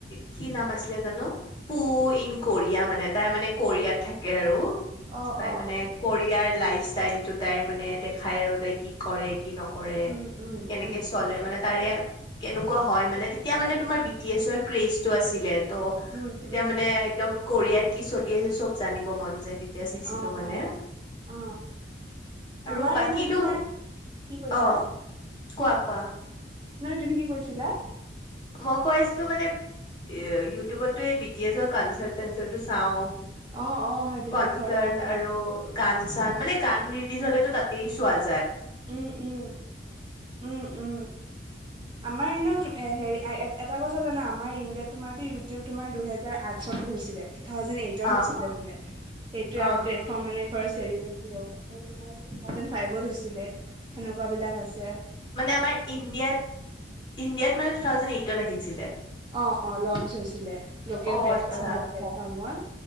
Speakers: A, on the left (about 25°); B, on the right (about 25°).
A: কি নাম আছিলে জানো, পু ইন কৰিয়া, মানে তাই মানে কৰিয়াত থাক কে আৰু।
B: অ
A: তাই
B: অ
A: মানে কৰিয়াৰ। লাইফ ষ্টাইল টো তাইৰ মানে দেখাই আৰু তাই কি কৰে, কি নক কৰে,
B: উম উম
A: ‌কেনেকে
B: উম
A: চলে মানে তাৰে কেনেকুৱা হয় মানে, তেতিয়া মানে তোমাৰ বি টি এছৰ ক্ৰেজটো আছিলে। ত'
B: উম
A: ততিয়া
B: উম
A: মানে একদম কোৰিয়াত কি চলি আছে চব জানিব মন যায়। তেতিয়া চাইছিলো
B: অ
A: মানে,
B: অ অ
A: আৰু
B: আমাৰ
A: বাকীতো
B: এনেও তোমাৰ
A: অ'
B: কি কৈছা
A: কোৱা, ‌ কোৱা।
B: না, না তুমি কি কৈছিলা?
A: মই কৈ আছিলো মানে, ইউটিউবতো এই বি টি এছৰ কনচাৰ্ট চনচাৰ্টু চাওঁ।
B: অ' অ' সেইবিলাক
A: কনচাৰ্ট
B: হয়, অ।
A: আৰু গান চান, মানে গান ৰিলিজ হ'লেতো তাতেই ছোৱালী
B: উম! উম! উম উম! আমাৰ এনেও, এ হেৰি এটা কথা জানা আমাৰ ইণ্ডিয়াত তোমাৰটো ইউটিউব, তোমাৰ দুহেজাৰ আঠ চনত হৈছিলে। টু থাউজেণ্ড এইটত
A: অ',
B: হৈছিলে বোলে, সেইটোয়ে
A: অ'।
B: আৰু প্লেটফৰ্ম মানে ফাৰষ্ট হেৰি, <unintelligible> ফাইভত হৈছিলে। সেনেকুৱা বিলাক আছে।
A: মানে আমাৰ‌ ইণ্ডিয়াত, ইণ্ডিয়াত, মানে টু থাউজেণ্ড এইট ত আহিছিলে।
B: অ' অ' লঞ্চ হৈছিলে, লোকেল
A: অ',
B: প্লেটফৰ্মত,
A: আচ্ছা।